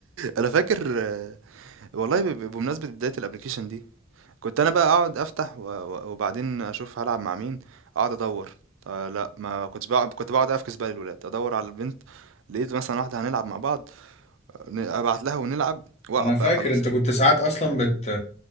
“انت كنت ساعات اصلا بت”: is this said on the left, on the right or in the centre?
Left